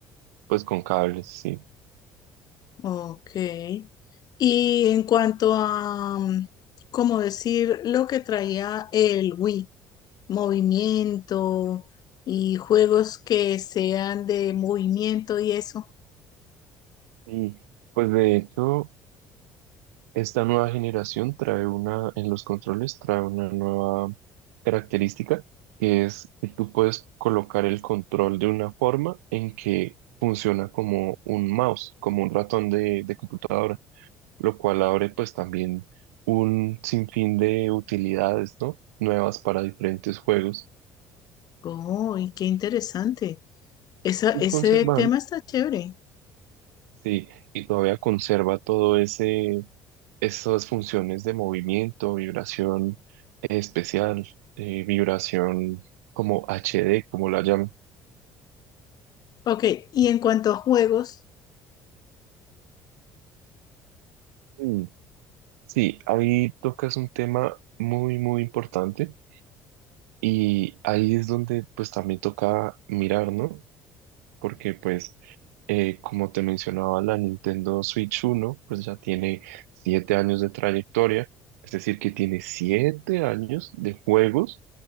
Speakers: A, on the right (about 85°); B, on the left (about 55°).
A: pues con cables, sí.
B: Ok. Y en cuanto a, mm, como decir, lo que traía el Wii, movimiento y juegos que sean de movimiento y eso.
A: Y pues de hecho, esta nueva generación trae una, en los controles, trae una nueva característica que es que tú puedes colocar el control de una forma en que funciona como un mouse, como un ratón de, de computadora, lo cual abre pues también un sinfín de utilidades, ¿no? Nuevas para diferentes juegos
B: Oh, y qué interesante. Esa,
A: y
B: ese
A: conservan,
B: tema está chévere.
A: sí, y todavía conserva todo ese estas funciones de movimiento, vibración eh, especial, eh, vibración como HD, como la llaman.
B: Ok, y en cuanto a juegos,
A: Mm. Sí, ahí tocas un tema muy, muy importante y ahí es donde pues también toca mirar, ¿no? Porque pues, eh, como te mencionaba, la Nintendo Switch uno pues ya tiene siete años de trayectoria, es decir, que tiene siete años de juegos